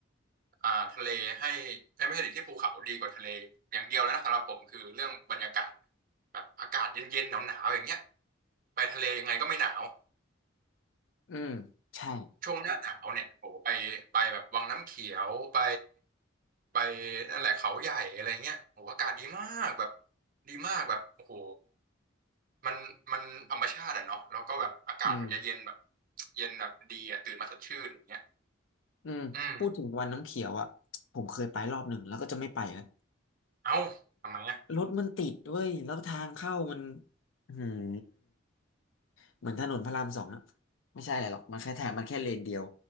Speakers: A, on the right; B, on the left.
A: อ่าทะเลให้เอ้ยไม่ใช่ดิที่ภูเขาดีกว่าทะเลอย่างเดียวเลยนะสำหรับผมคือเรื่องบรรยากาศแบบอากาศเย็นๆหนาวๆอย่างเงี้ยไปทะเลยังไงก็ไม่หนาว
B: อืมใช่
A: ช่วงหน้าหนาวเนี่ยโอ้โหไปไปแบบวังน้ำเขียวไปไปนั่นแหละเขาใหญ่อะไรเงี้ยโอ้โหอากาศดีมากแบบดีมากแบบโอ้โหมันมันธรรมชาติอะเนาะแล้วก็แบบอากาศมันจะเย็นแบบ
B: อืม
A: เย็นแบบดีอะตื่นมาสดชื่นอย่างเงี้ย
B: อืมพูดถึงวันน้ำเขียวอ่ะผมเคยไปรอบหนึ่งแล้วก็จะไม่ไปแล้ว
A: อืมเอ้าทำไมอะ
B: รถมันติดด้วยแล้วทางเข้ามันอืม เหมือนถนนพระรามสองนะไม่ใช่อะไรหรอกมันแค่แถบมันแค่เลนเดียว